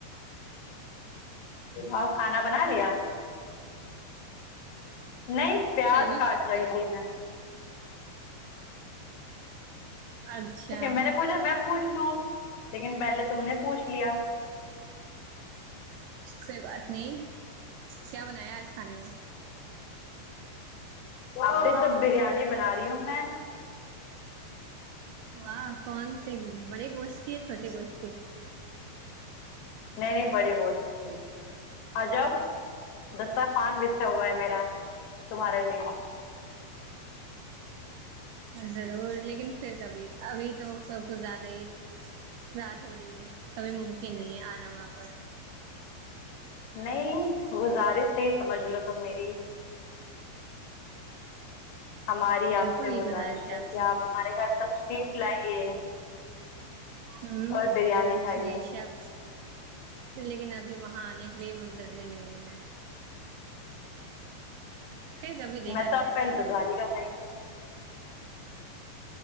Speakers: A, on the left; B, on the right.
A: اور کھانا بنا لیا نہیں پیاس
B: سیمی
A: کاٹ
B: بات بول
A: رہی
B: رہے
A: تھی
B: ہو
A: میں
B: اچھا
A: میں نے پوچھا میں پوچھ لوں لیکن پہلے تم نے پوچھ لیا
B: کوئی بات نہیں کیا بنایا آج کھانے میں
A: ایسے تو بریانی بنا رہی ہوں میں
B: واہ کون سی بڑے گوشت کی یا چھوٹے گوشت کی
A: نہیں نہیں بڑے گوشت کی آ جاؤ دسر خان بچھا ہوا ہے میرا تمہارے لیے
B: ضرور لیکن پھر کبھی ابھی تو سب کچھ زیادہ ہی رات ہو رہی ہے کبھی ممکن نہیں ہے آنا وہاں پر
A: نہیں گزارش ہے سمجھ لو تم میری ہماری
B: بالکل
A: آپ سے
B: یہ
A: گزارش ہے کہ
B: کی
A: آپ ہمارے گھر تشریف لائیے
B: ہوں
A: اور بریانی کھائیے
B: بیشک لیکن ابھی وہاں آنے کے لیے منتظر نہیں ہوں میں پھر کبھی دیکھا
A: میں تو آپ
B: جائے
A: کا
B: گا
A: انتظار ہی کر رہی ہوں